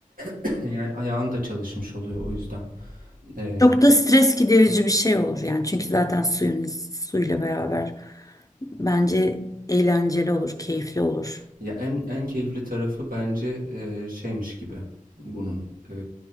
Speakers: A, on the right; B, on the left.
A: <laughs> Yani ayağın da çalışmış oluyor o yüzden. Ee,
B: Çok da stres giderici bir şey olur yani çünkü zaten suyun suyla beraber bence eğlenceli olur, keyifli olur.
A: ya en en keyifli tarafı bence e, şeymiş gibi bunun. Ee,